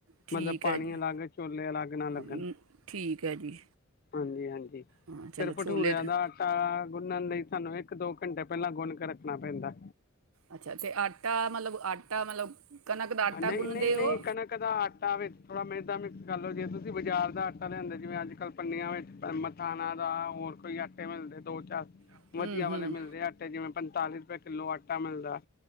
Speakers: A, on the right; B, on the left.
A: ਠੀਕ
B: ਮਤਲਬ ਪਾਣੀ
A: ਹੈ ਜੀ
B: ਅਲੱਗ, ਛੋਲੇ ਅਲੱਗ ਨਾ ਲੱਗਣ?
A: ਅਮ, ਠੀਕ ਹੈ ਜੀ
B: ਹਾਂਜੀ- ਹਾਂਜੀ।
A: ਹਾਂ ਚਲੋ
B: ਫਿਰ ਭਠੂਰਿਆਂ
A: ਛੋਲੇ ਤੇ
B: ਦਾ ਆਟਾ ਗੁੰਨਨ ਲਈ ਸਾਨੂੰ ਇੱਕ-ਦੋ ਘੰਟੇ ਪਹਿਲਾਂ ਗੁਨ ਕੇ ਰੱਖਣਾ ਪੈਂਦਾ
A: ਅੱਛਾ, ਤੇ ਆਟਾ ਮਤਲਬ ਆਟਾ ਮਤਲਬ ਕਣਕ ਦਾ ਆਟਾ
B: ਨਹੀਂ,
A: ਗੁੰਨਦੇ
B: ਨਹੀਂ, ਨਹੀਂ,
A: ਹੋ
B: ਕਣਕ ਦਾ ਆਟਾ ਵੇਚ ਥੋੜਾ ਮੇਦਾ ਮਿਕ੍ਸ ਚਲੋ ਜੇ ਤੁਸੀ ਬਾਜ਼ਾਰ ਦਾ ਆਟਾ ਲਿਆਂਦੇ ਜਿਵੇਂ ਅੱਜ-ਕੱਲ ਪੰਨੀਆਂ ਵਿੱਚ ਮਥਾਨਾ ਦਾ ਹੋਰ ਕੋਈ ਆਟੇ ਮਿਲਦੇ ਦੋ ਚਾਰ
A: ਹੂੰ
B: ਵਧੀਆ
A: ਹੂੰ
B: ਵਾਲੇ ਮਿਲਦੇ ਆਟੇ ਜਿਵੇਂ ਪੰਤਾਲੀ ਰੁਪਏ ਕਿੱਲੋ ਆਟਾ ਮਿਲਦਾ